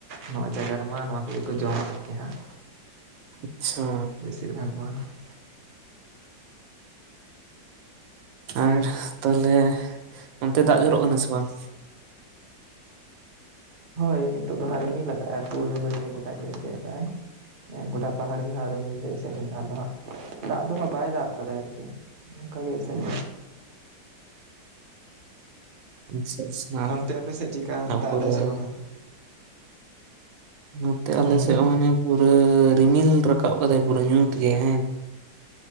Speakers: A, on the right (about 35°); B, on the right (about 85°).
A: ᱱᱚᱣᱟ ᱡᱟᱭᱜᱟ ᱨᱮᱢᱟ ᱱᱚᱣᱟ ᱱᱤᱭᱟ ᱠᱚ ᱡᱚᱢ ᱠᱮ ᱦᱟᱸᱜ
B: ᱟᱪᱪᱷᱟ
A: <unintelligible>
B: ᱟᱨ ᱛᱟᱦᱚᱞᱮ ᱚᱱᱛᱮ ᱫᱟᱜ ᱡᱚᱨᱚᱜ ᱠᱟᱱᱟ ᱥᱮ ᱵᱟᱝ?
A: ᱦᱮᱸ ᱱᱤᱛᱚᱜ ᱫᱚ ᱦᱟᱸᱜ ᱨᱤᱢᱤᱞ ᱟᱠᱟᱼ ᱟᱭ ᱯᱩᱨ ᱨᱤᱢᱤᱞ ᱛᱮ ᱜᱚᱴᱟᱜ ᱮᱥᱮᱫ ᱟᱠᱟᱜᱼᱟᱭ ᱜᱚᱴᱟ ᱯᱟᱦᱟᱲ ᱜᱮ ᱦᱟᱸᱜ ᱨᱤᱢᱤᱞ ᱛᱤᱥ ᱨᱮ ᱢᱮᱱᱟᱜᱼᱟ ᱟᱫᱚ ᱦᱟᱸᱜ ᱫᱟᱜ ᱫᱚ ᱦᱟᱸᱜ ᱵᱟᱭ ᱫᱟᱜ ᱟᱠᱟᱫᱟ ᱟᱨᱠᱤ ᱚᱱᱠᱟᱜ ᱜᱮ ᱮᱥᱮᱫ
B: ᱟᱪᱪᱷᱟ ᱟᱪᱪᱷᱟ
A: ᱚᱱᱛᱮ ᱟᱯᱮ ᱥᱮᱫ ᱪᱮᱫᱠᱟ
B: ᱟᱵᱚ
A: ᱫᱟᱜ ᱮᱫᱟᱭ
B: ᱨᱮᱱ
A: ᱥᱮ ᱵᱟᱝᱟ?
B: ᱱᱚᱛᱮ
A: ᱦᱩᱸ
B: ᱟᱞᱮ ᱥᱮᱫ ᱦᱚᱸ ᱢᱟᱱᱮ ᱯᱩᱨᱟᱹ ᱨᱤᱢᱤᱞ ᱨᱟᱠᱟᱵ ᱟᱠᱟᱫᱟᱭ ᱯᱩᱨᱟᱹ ᱧᱩᱛ ᱜᱮ ᱦᱮᱸ᱾